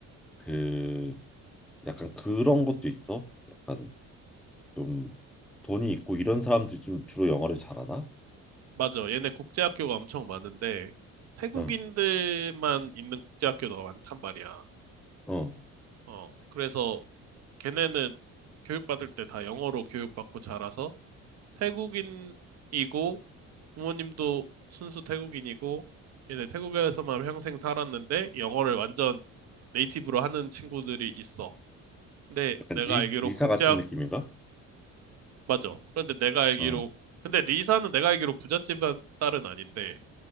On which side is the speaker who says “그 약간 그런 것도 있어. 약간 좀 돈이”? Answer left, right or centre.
Centre